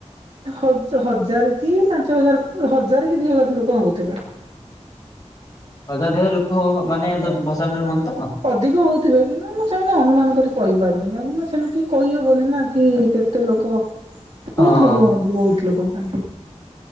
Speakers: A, on the right; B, on the left.
A: ହଜାର କି ପାଞ୍ଚ ହଜାର ହଜାର କି ଦି ହଜାର ଲୋକ ହଉଥିବେ।
B: ହଜାର ଦଇ ହଜାର ଲୋକ ହଉ ମାନେ ଭସାଣି ରେ ହୁଅନ୍ତି। ତ?
A: ଅଧିକ ହଉଥିବେ କିନ୍ତୁ ମୁ ସେମିତି ଅନୁମାନ କରି କହିପାରିବି ଏ ମାନ କୁ ନା ସେମିତି କହିହବନି ନା କି କେତେ ଲୋକ
B: ହଁ।
A: ବହୁତ ଲୋକ ହୁଅନ୍ତିୁ ବହୁତ ଲୋକ ଆ